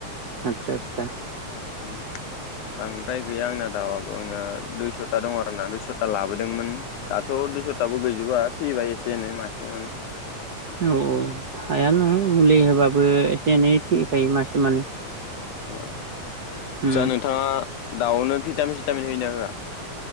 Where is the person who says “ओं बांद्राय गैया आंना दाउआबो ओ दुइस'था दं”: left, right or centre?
Left